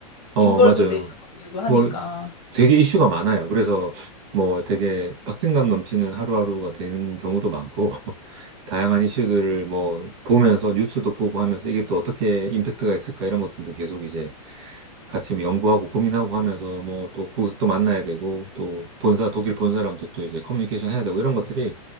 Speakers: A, on the right; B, on the left.
A: 어,
B: 인벌브
A: 맞아요.
B: 되셔가지고 하니까.
A: 뭐 되게 이슈가 많아요. 그래서 뭐 되게 박진감 넘치는 하루하루가 되는 경우도 많고 <laughs> 다양한 이슈들을 뭐 보면서 뉴스도 보고 하면서 이게 또 어떻게 임팩트가 있을까 이런 것들도 계속 이제 같이 뭐 연구하고 고민하고 하면서 뭐 또 고객도 만나야 되고 또 본사 독일 본사랑도 또 이제 커뮤니케이션 해야 되고 이런 것들이